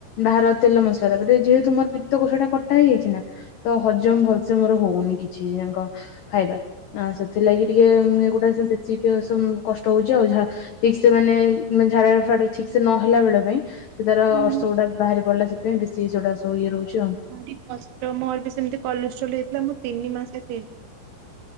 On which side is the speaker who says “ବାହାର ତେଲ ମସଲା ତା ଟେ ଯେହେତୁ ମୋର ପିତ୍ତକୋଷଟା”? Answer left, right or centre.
Left